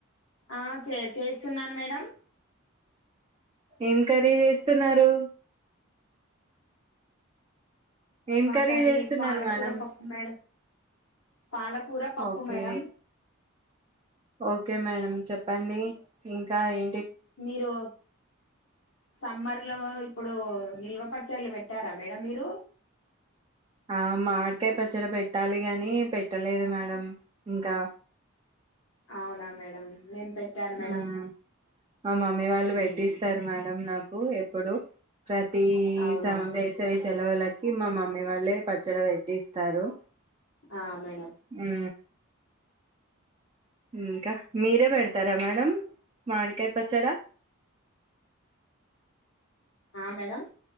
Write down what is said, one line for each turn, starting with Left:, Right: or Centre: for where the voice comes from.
Left: ఆ చే చేస్తున్నాను మేడం
Right: ఏం కర్రీ చేస్తున్నారు ఏం
Left: మా కర్రీ
Right: చేస్తున్నారు
Left: పాలకూర
Right: మేడం
Left: పప్పు మేడం, పాలకూర పప్పు
Right: ఓకే
Left: మేడం
Right: ఓకే మేడం చెప్పండి. ఇంకా ఏ
Left: మీరు సమ్మర్ ఇంట్లో ఇప్పుడు నిల్వ పచ్చళ్లు పెట్టారా! మేడమ్ మీరు
Right: ఆ మామిడికాయ పచ్చడి పెట్టాలి. గాని పెట్టలేదు. మేడం ఇంకా
Left: అవునా మేడమ్ నేను పెట్టాను. మేడం
Right: మ్మ్ మా మమ్మీ వాళ్ళు
Left: ఉమ్
Right: పెట్టిస్తారు. మేడం నాకు కు ఎ ఇప్పుడు ప్రతీ
Left: అవునా
Right: సమా వేశ ఇస్ తేలవలకి మా మమ్మీ వాళ్ళే పచ్చడి పెట్టిస్తారు
Left: ఆ మేడం
Right: ము ఇంకా మీరే పెడతారా మేడం మాడికాయ పచ్చడా
Left: ఆ మేడమ్